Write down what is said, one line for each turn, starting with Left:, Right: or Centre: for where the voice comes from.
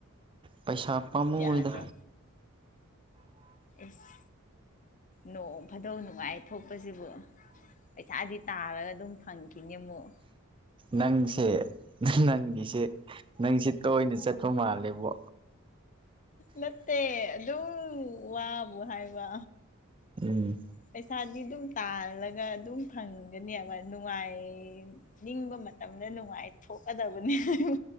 Right: ꯄꯩꯁꯥ ꯄꯥꯝꯃꯨꯢꯗ
Left: ꯌꯥꯗ꯭ꯔꯣ ꯑꯦꯁ ꯅꯣꯡ ꯐꯥꯗꯣꯛ ꯅꯨꯡꯉꯥꯏ ꯊꯣꯛꯄꯁꯤꯕꯨ꯫ ꯄꯩꯁꯥꯗꯤ ꯇꯥꯔꯒ ꯑꯗꯨꯝ ꯐꯪꯈꯤꯅꯤ ꯑꯃꯨꯛ꯫
Right: ꯅꯪꯁꯦ ꯅꯪꯒꯤꯁꯦ ꯅꯪꯁꯦ ꯇꯣꯏꯅ ꯆꯠꯄ ꯃꯥꯜꯂꯦꯕꯣ꯫
Left: ꯅꯠꯇꯦ ꯑꯗꯨꯝ ꯋꯥꯕꯨ ꯍꯥꯏꯕ꯫
Right: ꯎꯝ
Left: ꯄꯩꯁꯥꯗꯤ ꯑꯗꯨꯝ ꯇꯥꯜꯂꯒ ꯑꯗꯨꯝ ꯐꯪꯒꯅꯦꯕ ꯅꯨꯡꯉꯥꯏ ꯅꯤꯡꯕ ꯃꯇꯝꯗ ꯅꯨꯡꯉꯥꯏ ꯊꯣꯛꯀꯗꯕꯅꯦ ꯍꯥ ꯍꯥ